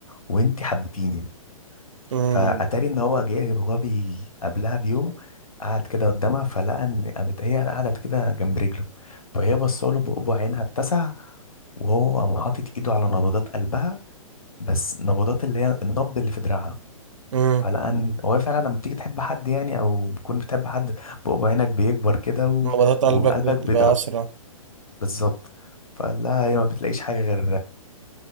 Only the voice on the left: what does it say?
وانت حبتيني
فاتاري ان هو جه وهو بي قبلها بيوم قعد كده قدامها فلقى ان قامت هي قعدت كده جنب رجله فهي بصاله بقبع عينها اتسع وهو قام حاطط ايده على نبضات قلبها بس نبضات اللي هي النبض اللي في دراعها
فلقى ان هو فعلا لما بتيجي تحب حد يعني او بتكون بتحب حد بقبع عينك بيكبر كده و...
وقلبك
بيضرب
بالظبط فقال لها هي ما بتلاقيش حاجه غير